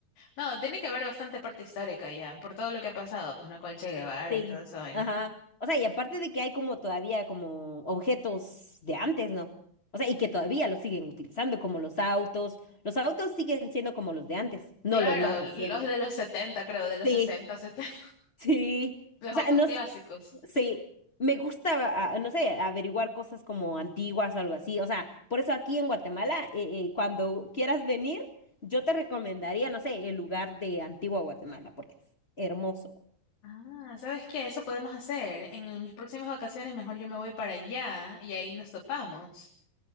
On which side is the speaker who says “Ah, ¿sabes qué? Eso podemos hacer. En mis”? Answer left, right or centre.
Left